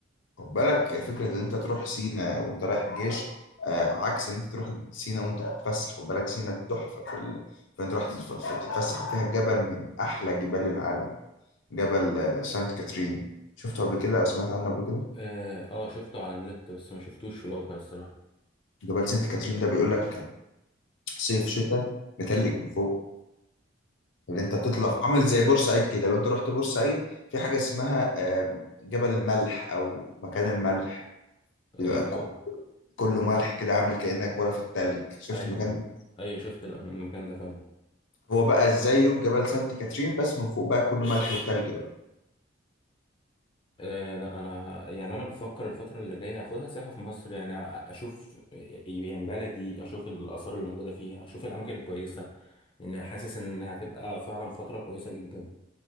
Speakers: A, on the left (about 75°); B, on the left (about 25°).
A: خد بالك فكرة إن أنت تروح سينا وأنت رايح الجيش آه، عكس إن أنت تروح سينا وأنت بتتفسح خد بالك سينا تحفة في ال... فأنت رايح تتف- تتفسح وفيها جبل من أحلى جبال العالم جبل آه، سانت كاترين شفته قبل كده أو سمعت عنه قبل كده
B: اه آه، شفته على النت بس ما شفتوش في الواقع الصراحه
A: جبل سانت كاترين ده بيقول لك صيف شتاء متلج من فوق اللي أنت تطلع عامل زي بورسعيد كده لو أنت رحت بورسعيد في حاجة اسمها آه، جبل الملح أو مكان الملح بيبقى
B: اه
A: ك-
B: آه،
A: كله ملح كده عامل كأنك ورا في التلج شفت
B: ايوه
A: المكان ده
B: ايوه شفت الأم- المكان ده فعلا
A: هو بقى زيه في جبل سانت كاترين بس من فوق بقى كله ملح وتلج بقى
B: آه لا انا يعني انا بفكر الفتره اللي جايه اخدها سياحه في مصر يعني أ- اشوف يعني بلدي اشوف الاثار اللي موجوده فيها اشوف الاماكن الكويسه يعني حاسس ان هتبقى فعلا فتره كويسه جدا